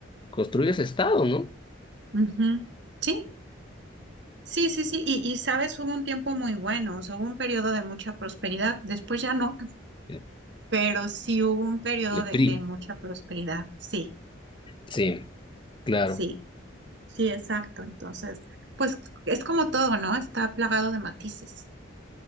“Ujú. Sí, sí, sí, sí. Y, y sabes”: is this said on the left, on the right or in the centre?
Right